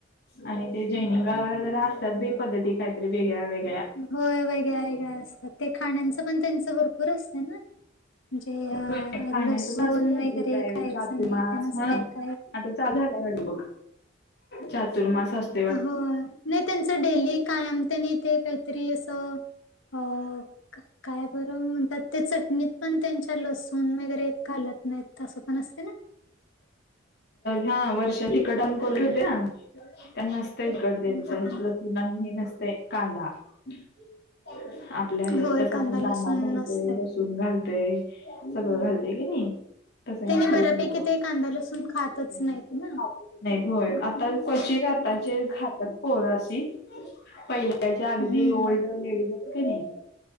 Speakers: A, on the left; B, on the left.
A: आणि ते जैनिक गावाला जरा असतात पद्धती काहीतरी वेगळ्या वेगळ्या <unintelligible>
B: होय वेगळ्या वेगळ्या असतात ते खाण्याचं पण त्यांच भरपूर असत ना <unintelligible> म्हणजे
A: होय,
B: अ
A: खाण्याचं
B: लसूण
A: पण असेल भरपूर
B: वगैरे
A: काय
B: खायचं
A: चातुर्मास
B: नाही त्यांना अस
A: हा
B: काय <unintelligible>
A: आता झालाय वाड बघ चातुर्मास असतो <unintelligible>
B: हो नाही त्यांचं डेली काय <unintelligible> त्यांनी ते काहीतरी असं अ <unintelligible> काय बरो म्हणतात त्या चटणीत पण त्यांच्या लसूण <unintelligible> वगैरे घालत नाही तं पण असते ना <unintelligible>
A: हा वर्षा तिकट आम करत होत्या त्यांना <unintelligible> कडद्यांचा ह त
B: हा
A: नाही हे नसत कांदा <unintelligible> आपल्या ह्यात
B: होय
A: कस आपण
B: लसूण
A: कांदा घालतय
B: नसतय.
A: लसूण घालतय सगळं घालत <unintelligible> तस नसतय
B: त्यांनी बऱ्यापैकी
A: तुमच
B: ते कांदा लसूण खातच
A: <unintelligible>
B: नाहीत ना.
A: नाही होय आता क्वचित आताचे घ <unintelligible> तर पोरासी पहिल्याच्या अगदी
B: हम्म
A: ओल्ड लेडीज <unintelligible> नाही